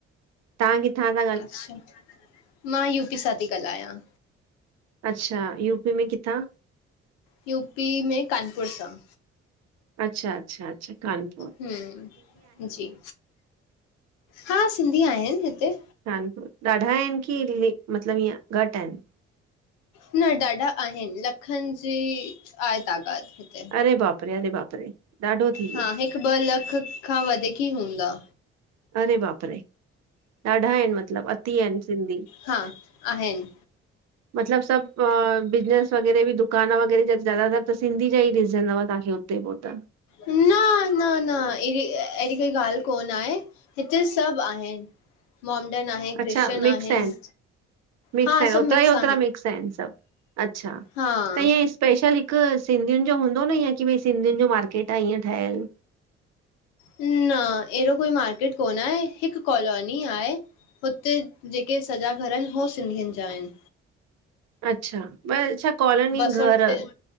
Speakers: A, on the right; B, on the left.
A: तां किथां जा?
B: अच्छा, मां यू पी सां थी ॻाल्हायां।
A: अच्छा, यू पी में किथां?
B: यू पी में, कानपुर सां।
A: अच्छा, अच्छा, अच्छा कानपु
B: हम्म जी, हा सिंधी आहिनि हिते
A: कानपुर, ॾाढा आहिनि की मतिलब हीअं घट आहिनि?
B: न ॾाढा आहिनि, लखनि जी आहे तादाद हुते।
A: अरे बापरे, अरे बापरे, ॾाढो थी वियो
B: हा, हिक ॿ लख खां वधीक ही हूंदा।
A: अरे बाप रे! ॾाढा आहिनि मतलब अति आहिनि सिंधी
B: हा आहिनि,
A: <inaudible> मतलब सभ, बिज़नस वग़ैरह बि दुकान वग़ैरह बि ज़्यादातर त सिंधी जा ही ॾिसंदव तव्हांखे टे पोटा
B: न न न अहिड़ी अहिड़ी काई ॻाल्हि कोन आहे, हिते सभु आहिनि। मॉम्डन आहे,
A: अच्छा
B: क्रिश्चन
A: मिक्स
B: आहिनि।
A: मिक्स
B: हा
A: आहिनि,
B: सभु
A: ओतिरा
B: मिक्स
A: ई ओतिरा मिक्स आहिनि सब। अच्छा,
B: हा।
A: त हीअं स्पेशल हिक सिंधियुनि जो हूंदो न ईअं की भई सिंधियुनि जो मार्केट आ ईअं ठहियलु?
B: न ऐहड़ो कोई मार्केट कोन आहे। हिक कॉलोनी आहे हुते जेके सॼा घर आहिनि हो सिंधियुनि जा आहिनि।
A: अच्छा ॿ कॉलोनी
B: ॿ
A: घर
B: सौ ट